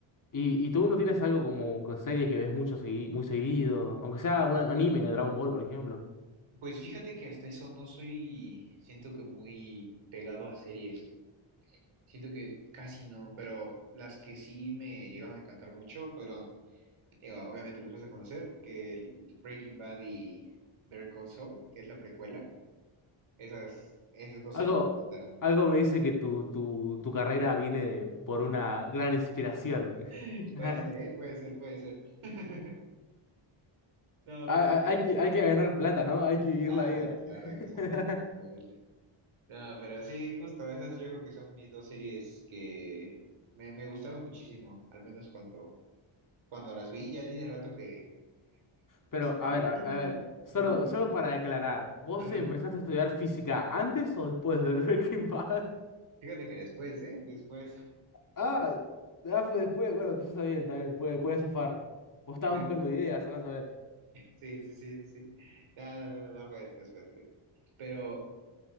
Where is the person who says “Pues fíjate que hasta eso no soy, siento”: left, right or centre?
Right